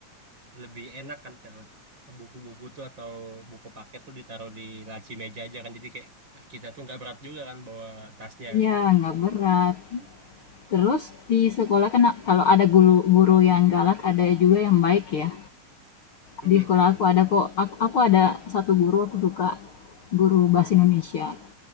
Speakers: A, on the right (about 35°); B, on the left (about 45°).
A: lebih enak kan kalau buku-buku tuh atau buku paket tuh ditaruh di laci meja aja kan. Jadi kayak kita tuh nggak berat juga kan bawa tasnya
B: Iya,
A: gitu.
B: nggak berat. Terus di sekolah kan a- kalau ada guru guru yang galak ada juga yang baik ya.
A: Mm-mm,
B: Di sekolah
A: mm-mm.
B: aku ada kok. Aku, aku ada satu guru aku suka guru bahasa Indonesia.